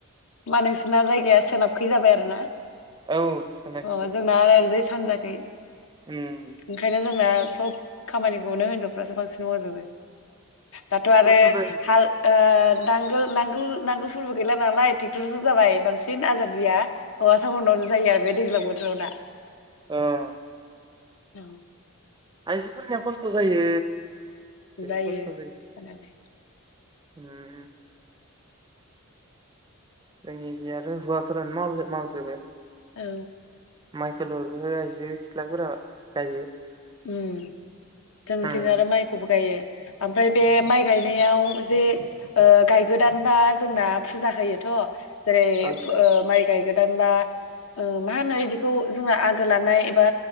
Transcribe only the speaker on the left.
बा नोंसिना जायगाया सोनाब खै जाबाय आरो ना?
अ जोंना <unintelligible> सानजाखै।
ओंखायनो जोंना सब खामानिखौनो हिनजावफ्रासो बांसिन मावजोबो। दाथ' आरो
हाल ओ नांगोल नांगोल नांगोल फोरबो गैला नालाय ट्रेक्ट'रसो जाबाय बांसिन आजादिया। हौवासा फोरनावनो जायो आरो बे दैज्लां बोथ थ'दा।
औ।
जायो
होननानै
औ।
उम जोंथिं
आरो माइखौबो गायो। ओमफ्राय बे माइ गायनायाव जे गायगोदानबा जोंना फुजा होयोथ' जेरै
फु ओ माइ गायगोदान बा ओ मा होनो बिदिखौ जोंना आगो लानाय एबा